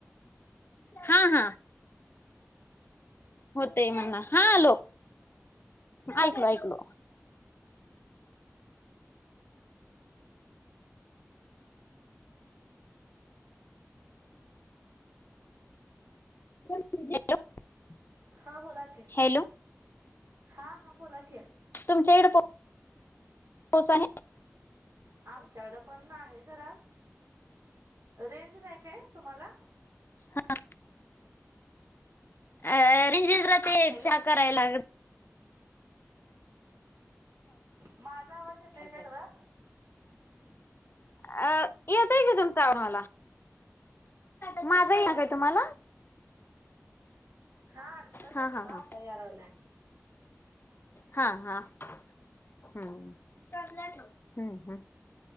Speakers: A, on the left (about 45°); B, on the right (about 55°).
A: हां हां. होतय म्हणां, हां आलो, ऐकलो-ऐकलो. <unintelligible>
B: हां, बोला कि,
A: हॅलो
B: हां हां, बोला कि
A: तुमच्या ईड पा पाऊस आहे?
B: आमच्याकडे पण आहे. जरा रेंज नाही. काय तुम्हाला?
A: हा अ रेंजेसला ते
B: हॅलो.
A: हा कराय लाग.
B: माझा आवाज येतोय
A: झाला.
B: काय तुला?
A: अ <inaudible> येतोय. कि तुमचा आवाज मला माझा येईना
B: हा
A: का
B: हा.
A: काय तुम्हाला?
B: हा अडखळत
A: हा
B: येत
A: हा
B: होता.
A: हा
B: आता यायला लागलाय.
A: हा हा हम्म हम्म हम्म